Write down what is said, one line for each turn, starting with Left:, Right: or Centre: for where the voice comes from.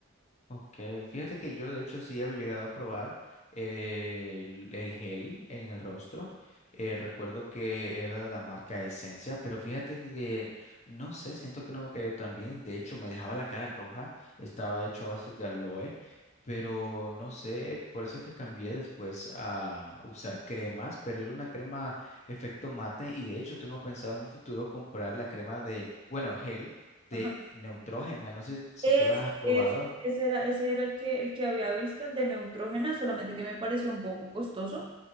Left: Ok, fíjate que yo de hecho sí he llegado a probar eh, el, el gel en el rostro. Eh, recuerdo que era de la marca Esencia, pero fíjate que no sé, siento que no me cayó tan bien. De hecho, me dejaba la cara roja, estaba hecho a base de aloe, pero no sé, por eso es que cambié después a usar cremas, pero era una crema efecto mate y de hecho tengo pensado en un futuro comprar la crema de, bueno, gel de
Right: Ajá.
Left: Neutrógena, no sé si
Right: Es,
Left: tú la has probado.
Right: es, ese era, ese era el que, el que había visto, el de Neutrogena, solamente que me pareció un poco costoso,